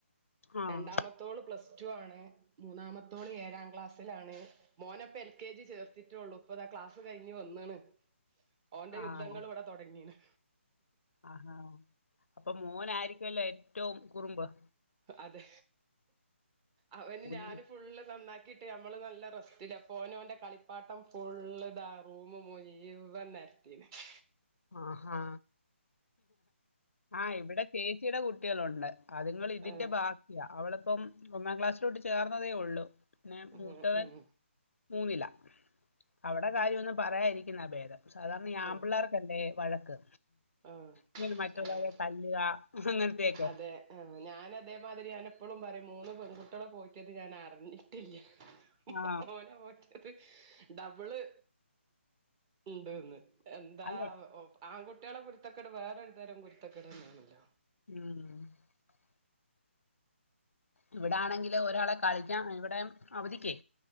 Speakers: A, on the left (about 80°); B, on the right (about 20°).
A: ആഹ്
B: രണ്ടാമത്തോള് പ്ലസ്- ടുആണ് മൂന്നാമത്തോള് ഏഴാം ക്ലാസിലാണ് മോനെപ്പൊഎ ൽകെ ജി ചേർത്തിട്ടേള്ളു ഇപ്പം ദാ ക്ലാസ് കഴിഞ്ഞ് വന്ന്ണ് ഓന്റെ
A: ആഹ്
B: യുദ്ധങ്ങള് ഇവിടെ തുടങ്ങീണ്-
A: ആഹാ അപ്പൊ മോനായിരിക്കുമല്ലോ ഏറ്റവും കുറുമ്പ്-
B: അതെ അവന്
A: കുഞ്ഞ്
B: ഞാന് ഫുള്ള് നന്നാക്ക്- ക്കീട്ട് നമ്മള് നല്ല റസ്റ്റല്ല ഓനോന്റെറെ കളിപ്പാട്ടം ഫുള് ഇതാ റൂമ് മുഴ്വൻനെ <inaudible>
A: ആഹാ ആഹ് ഇവിടെ ചേച്ചിയുടെ കുട്ടികളുണ്ട്- അതുങ്ങൾ ഇതിന്റെ
B: ആഹ്
A: ബാക്കിയ അവളിപ്പം ഒന്നാം ക്ലാസ്സിലോട്ട് ചേർന്നതേ ഒള്ളു- പിന്നെ
B: ആഹ്
A: മൂത്തവൻ
B: ആഹ്
A: മൂന്നില അവിടെ കാര്യം ഒന്നും പറയതിരിക്കുന്ന ഭേദം- സാധാരണ ഈ ആ
B: ആഹ്
A: പിള്ളേർക്കല്ലേ വഴക്ക്
B: ആഹ്
A: ഇങ്ങെ മറ്റുള്ളവരെ
B: ആഹ്
A: തല്ലുക- അങ്ങനത്തെയൊക്കെ
B: അതെ ആഹ് ഞാൻ അതേമാതിരി ഞാന് എപ്പളും പറയും- മൂന്ന് പെൺകുട്ടികളെ പോറ്റിയത് ഞാൻ അറിഞ്ഞിട്ടില്ല-
A: ആ
B: ഓനെ ഓന്റെത് ഡബിള്. ഉണ്ട്ന്ന് എന്താ
A: അതെ
B: ഓ ആകു ട്ട്യാളെ കുരുത്തക്കട് വേറൊര് തരം കുരുത്തകെടന്നാണല്ലോ.
A: ആഹ് ഇവിടാണെങ്കിൽ ഒരാളെ കളിക്കാ ഇവിടെ അവധിക്കേ